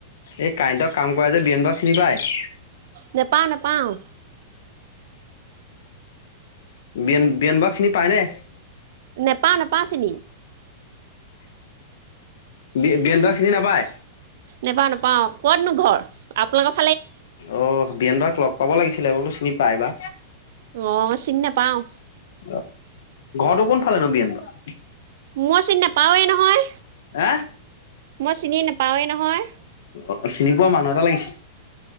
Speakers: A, on the left; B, on the right.
A: এই কাৰেণ্টৰ কাম কৰে যে বিয়েনদ চিনি পায়
B: নাপাওঁ নাপাওঁ
A: বিয়েন বৰুৱাক চিনি পায়নে
B: নেপাওঁ নেপাওঁ চিনি
A: বি বিয়েন দাক চিনি নাপায়
B: নেপাও নেপাওঁ কতনো ঘৰ আপোনালোক
A: অ বিয়েন বৰুৱাক লগ পাব লাগিছিলে মই বোলো চিনি পাই বা
B: অ চিনি নাপাওঁ
A: অহ ঘৰতো কোনফালে নো বিয়েন বৰুৱা
B: মই চিনি নাপাওৱে নহয়
A: হা
B: মই চিনি নাপাওঁৱে নহয়
A: অ চিনি পোৱা মানুহ এটা লাগিছিল